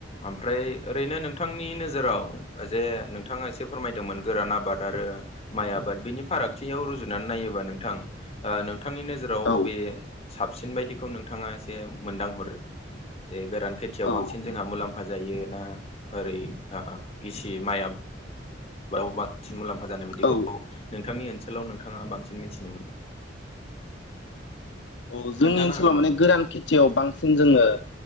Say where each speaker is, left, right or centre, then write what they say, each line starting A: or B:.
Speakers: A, on the left; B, on the left.
A: ओमफ्राय ओरैनो नोंथांनि नोजोराव जे नोंथाङा एसे फोरमायदोंमोन गोरान आबाद आरो माइ आबाद बिनि फारागथियाव रुजुनानै नायोबा नोंथां नोंथांनिनो जेराव
B: औ
A: अबे साबसिन बायदिखौ नोंथाङा एसे मोन्दां हरो जे गोरान खेथि खेथियाव बांसिन
B: औ
A: जोंहा मुलाम्फा जायोना ओरै ओ गिसि माय बाव बांसिन मुलाम्फा जानाय बायदिखौ
B: औ
A: नोंथांनि ओनसोलाव नोंथाङा बांसिन मिथिनो मोनदों।
B: औ
A: खोन्थानो
B: जोंनि ओनसोलाव
A: हागोन
B: माने
A: नामा नों
B: गोरान खेथियाव बांसिन जोंङो